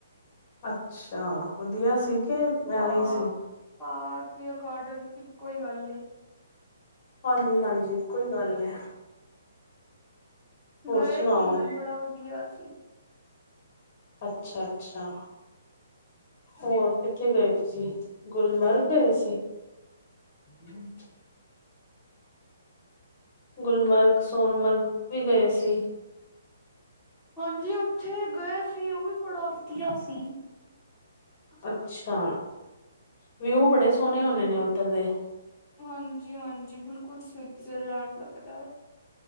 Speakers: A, on the left; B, in the centre.
A: ਅੱਛਾ, ਵਧੀਆ ਸੀ, ਕਿ
B: ਪਾਰਕ
A: ਐਵੇਂ ਹੀ ਸੀ?
B: ਪਾਰਕ ਯਾ ਗਾਰਡਨ, ਇੱਕੋ ਹੀ ਗੱਲ ਏ।
A: ਹਾਂਜੀ-ਹਾਂਜੀ, ਇੱਕੋ ਈ ਗੱਲ ਐ।
B: ਗਏ
A: ਸੁਣਾਓ
B: ਸੀ, ਬੜਾ ਵਧੀਆ ਸੀ।
A: ਅੱਛਾ-ਅੱਛਾ। ਹੋਰ ਕਿੱਥੇ ਗਏ ਤੁਸੀ, ਗੁਲਮਰਗ ਗਏ ਸੀ? ਹੂ <unintelligible> ਗੁਲਮਰਗ, ਸੋਨਮਰਗ ਵੀ ਗਏ ਸੀ?
B: ਹਾਂਜੀ ਉੱਥੇ ਗਏ ਸੀ, ਉਹ ਵੀ ਬੜਾ ਵਧੀਆ ਸੀ।
A: ਅੱਛਾ, ਵਿਊ ਬੜੇ ਸੋਹਣੇ ਹੋਣੇ ਨੇ ਉੱਧਰ ਦੇ।
B: ਹਾਂਜੀ-ਹਾਂਜੀ, ਬਿਲਕੁਲ ਸਵਿਟਜ਼ਰਲੈਂਡ ਲੱਗਦਾ ਏ‌।